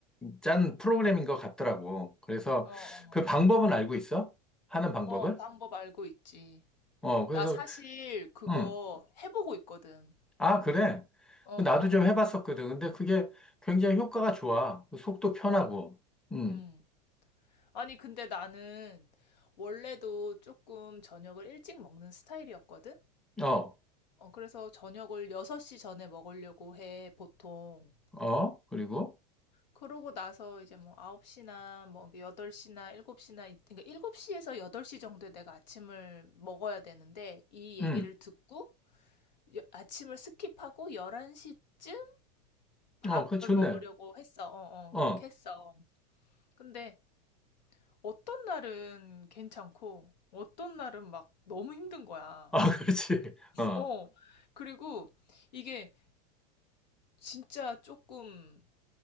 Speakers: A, in the centre; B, on the left (about 85°).
A: 짠 프로그램인 것 같더라고. 그래서
B: 어, 어.
A: 그 방법은 알고 있어? 하는 방법을?
B: 어, 방법 알고 있지.
A: 어 그래서
B: 나 사실 그거
A: 음
B: 해보고 있거든.
A: 아 그래.
B: 어,
A: 그 나도
B: 어.
A: 좀 해봤었거든. 근데 그게 굉장히 효과가 좋아. 그 속도 편하고.
B: 응,
A: 음.
B: 응. 아니, 근데 나는 원래도 조금 저녁을 일찍 먹는 스타일이었거든?
A: 어.
B: 어, 그래서 저녁을 6시 전에 먹으려고 해, 보통.
A: 어. 그리고
B: 그러고 나서 이제 뭐 9시나 뭐 8시나 7시나, 그러니까 7시에서 8시 정도에 내가 아침을 먹어야 되는데, 이 얘기를
A: 음.
B: 듣고 여- 아침을 스킵하고 11시쯤 밥을
A: 어. 그 좋네.
B: 먹으려고 했어. 어, 어,
A: 어.
B: 그렇게 했어. 근데 어떤 날은 괜찮고, 어떤 날은 막 너무 힘든 거야.
A: 아, <laughs> 그렇지. 어,
B: 어, 그리고 이게 진짜 조금